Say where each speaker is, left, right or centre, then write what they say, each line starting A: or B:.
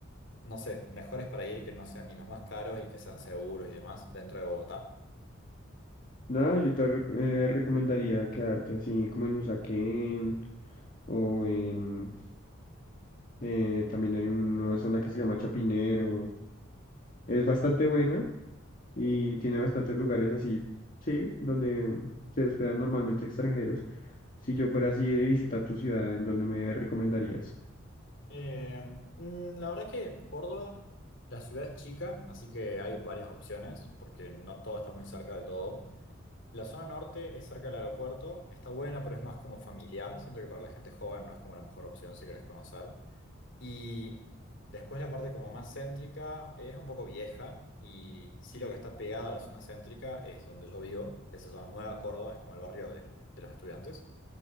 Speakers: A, on the left; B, on the left.
A: no sé, mejores para ir, que no sean ni los más caros y que sean seguros y demás dentro de Bogotá.
B: Nada, yo te rec- eh, recomendaría quedarte así como en Usaquén o en... eh, también hay una zona que se llama Chapinero. Es bastante buena y tiene bastantes lugares así, sí, donde se hospedan normalmente extranjeros. Si yo fuera así de visitar tu ciudad, ¿en dónde me recomendarías?
A: Eh, mm, la verdad que Córdoba, la ciudad es chica, así que hay varias opciones, porque no todo está muy cerca de todo. La zona norte es cerca del aeropuerto, está buena, pero es más como familiar. Siento que para la gente joven no es como la mejor opción si querés conocer. Y después la parte como más céntrica es un poco vieja y sí lo que está pegado a la zona céntrica es donde yo vivo, que se llama Nueva Córdoba, es como el barrio de, de los estudiantes.